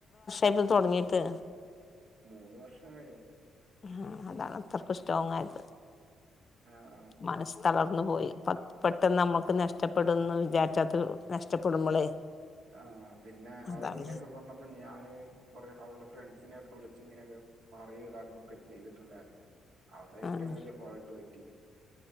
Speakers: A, on the left (about 40°); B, on the right (about 80°).
A: ഏപ് തൊടങ്ങീട്ട്
B: മൂന്ന് വർഷായി
A: ആഹ് അതാണ് അത്രയ്ക്കും സ്ടോങ്ങായത്
B: ആഹ്
A: മനസ്സ് തളർന്ന് പോയി അപ്പ പെട്ടെന്ന് നമ്മക്ക് നഷ്ടപ്പെടുന്നു വിചാരിച്ചത്ത് നഷ്ടപ്പെടുമ്പളേ
B: ആഹ് പിന്നെ
A: അതാണ്
B: അവളിങ്ങനെയൊക്കെ പറഞ്ഞപ്പോ ഞാന് കൊറെ അവൾടെ ഫ്രണ്ട്സിനെയൊക്കെ വിളിച്ച് ഇങ്ങനെയൊക്കെ പറയുതാക്കൊക്കെ ചെയ്തിട്ടൊണ്ടാരുന്നു അവിടെ ഏറ്റവും
A: ആഹ്
B: വലിയ ഫോൾട്ട് പറ്റി